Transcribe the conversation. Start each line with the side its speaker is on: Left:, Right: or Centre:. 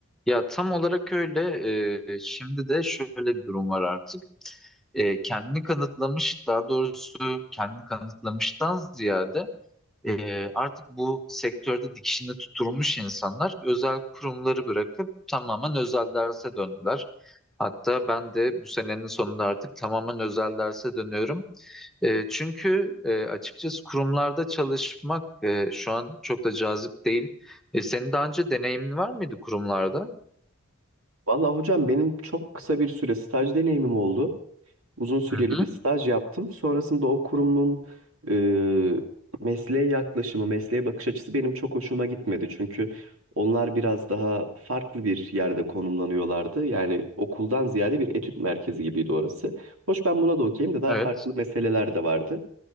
Centre: Ya tam olarak öyle. Ee, şimdi de şöyle bir durum var artık. Ee, kendini kanıtlamış, daha doğrusu kendini kanıtlamıştan ziyade ee, artık bu sektörde dikişini tutturmuş insanlar özel kurumları bırakıp tamamen özel derse döndüler. Hatta ben de bu senenin sonunda artık tamamen özel derse dönüyorum. E, çünkü e, açıkçası kurumlarda çalışmak e, şu an çok da cazip değil. E, senin daha önce deneyimin var mıydı kurumlarda?
Right: Vallahi hocam benim çok kısa bir süre staj deneyimim oldu. uzun süreli
Centre: Hı hı.
Right: bir staj yaptım. Sonrasında o kurumun e, mesleğe yaklaşımı, mesleğe bakış açısı benim çok hoşuma gitmedi. Çünkü onlar biraz daha farklı bir yerde konumlanıyorlardı. Yani okuldan ziyade bir etüt merkezi gibiydi orası. Hoş ben buna da okeyim de daha
Centre: Evet.
Right: farklı meseleler de vardı.